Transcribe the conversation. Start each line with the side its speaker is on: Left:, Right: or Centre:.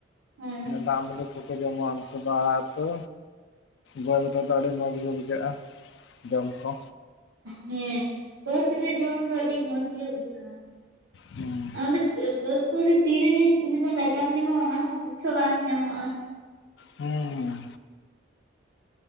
Right: ᱦᱮᱸ
Left: ᱫᱟᱜ ᱢᱟᱹᱰᱤ ᱠᱩ ᱡᱚᱢᱟ ᱩᱱᱠᱩ ᱫᱚ ᱟᱲᱟᱜ ᱩᱛᱩ ᱡᱚᱢ ᱨᱮᱫᱚ ᱟᱹᱰᱤ ᱢᱚᱡᱽ ᱜᱮ ᱵᱩᱡᱷᱟᱹᱜᱼᱟ, ᱡᱚᱢ ᱠᱚ
Right: ᱦᱮᱸ ᱵᱟᱹᱫᱽ ᱨᱮ ᱡᱚᱢ ᱫᱚ ᱟᱹᱰᱤ ᱢᱚᱸᱡᱽ ᱜᱮ ᱵᱩᱡᱷᱟᱹᱜᱼᱟ
Left: ᱦᱩᱸ
Right: ᱟᱨ ᱚᱸᱰᱮ ᱵᱟᱹᱫᱽ ᱠᱚᱨᱮ ᱛᱤ ᱨᱮ ᱛᱤᱱᱟᱹᱜ ᱫᱟᱠᱟᱢ ᱡᱚᱢᱟ ᱚᱱᱟ ᱦᱚᱸ ᱵᱩᱷᱟᱹᱣ ᱵᱟᱝ ᱧᱟᱢᱚᱜᱼᱟ ᱾
Left: ᱦᱮᱸ